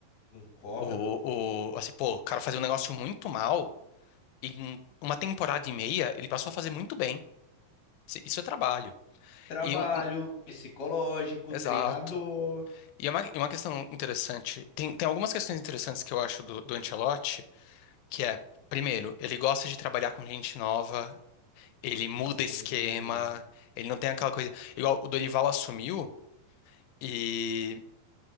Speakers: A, on the left; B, on the left.
A: Concordo.
B: O, o, assim, pô, o cara fazia um negócio muito mal e em uma temporada e meia ele passou a fazer muito bem. Isso isso é trabalho.
A: Trabalho
B: E um-
A: psicológico,
B: exato.
A: treinador.
B: E é uma, é uma questão interessante. Tem, tem algumas questões interessantes que eu acho do, do Ancelotti, que é, primeiro, ele gosta de trabalhar com gente nova, Ele muda
A: Sim,
B: esquema, ele não tem aquela coisa. Igual o Dorival assumiu e,